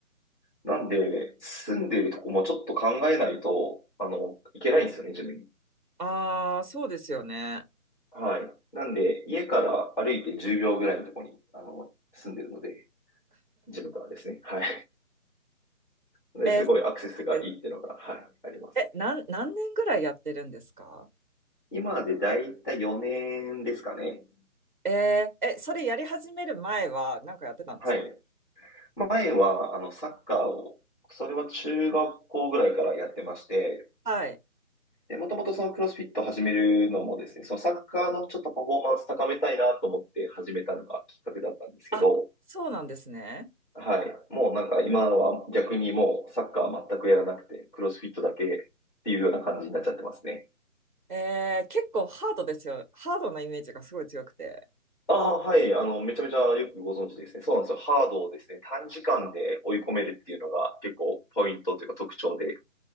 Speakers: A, on the left; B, on the right.
A: なんで、住んでるとこもちょっと考えないと、あの、いけないんですよね、ジムに。
B: ああ、そうですよね。
A: はい。なんで、家から歩いて10秒ぐらいのとこに、あの、住んでるので、ジムからですね。はい。で、
B: えー、
A: すごいアクセスがいいっていうのが、
B: 好きです。
A: はい、あります。
B: え、なん、何年ぐらいやってるんですか
A: 今でだいたい4年ですかね。
B: えー、え、それやり始める前は何かやってたんですか
A: はい。前は、あの、サッカーを、それは中学校ぐらいからやってまして、
B: はい。
A: で、もともとそのクロスフィット始めるのもですね、そのサッカーのちょっとパフォーマンス高めたいなと思って始めたのがきっかけだったんですけど、
B: あ、そうなんですね。
A: はい。もうなんか今は逆にもうサッカー全くやらなくて、クロスフィットだけっていうような感じになっちゃってますね。
B: えー、結構ハードですよ。ハードなイメージがすごい強くて。
A: ああ、はい。あの、めちゃめちゃよくご存知ですね。そうなんですよ。ハードをですね、短時間で追い込めるっていうのが結構ポイントというか特徴で、